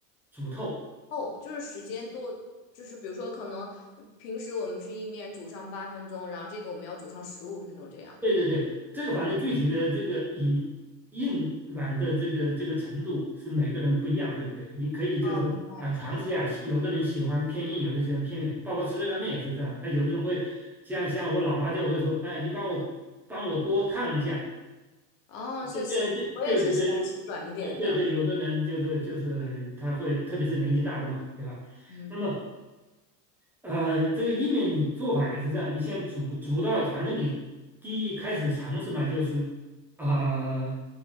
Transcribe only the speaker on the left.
哦，就是时间多，就是比如说可能平时我们吃意面煮上八分钟，然后这个我们要煮上十五分钟这样。
哦，明白明白。
哦，
谢谢。我也是喜欢吃软一点的。
嗯，